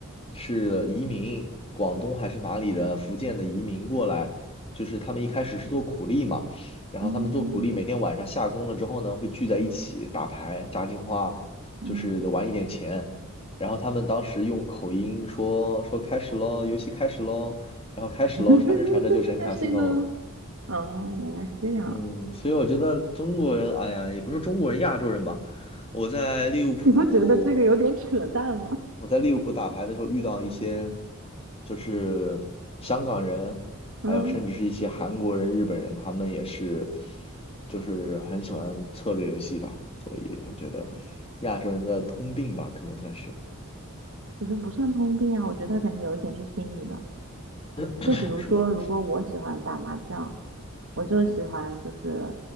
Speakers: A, on the left (about 25°); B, on the right (about 65°).
A: 是移民广东还是哪里的福建的移民过来，就是他们一开始是做苦力嘛，然后他们做苦力每天晚上下工了之后呢，
B: 嗯
A: 会聚在一起打牌、炸金花，
B: 嗯，
A: 就是玩一点钱，然后他们当时用口音说说开始喽，游戏开始喽。然后开始喽，
B: <laughs>
A: 传着传着就成
B: 但是呢，
A: casino 了。
B: 哦，原来是这样，
A: 嗯，所以我觉得中国人，哎呀，也不是中国人，亚洲人吧。我在利物浦，
B: 你不觉得这个有点扯淡吗？
A: 我在利物浦打牌的时候遇到一些，就是香港人，
B: 嗯，
A: 还有甚至是一些韩国人、日本人，他们也是，就是很喜欢策略游戏吧。所以我觉得亚洲人的通病吧，可能算是。
B: 我觉得不算通病啊，我觉得他肯定有一点是心理的。
A: <clears throat>
B: 就比如说，
A: 是的，
B: 如果我喜欢打麻将，我就喜欢就是，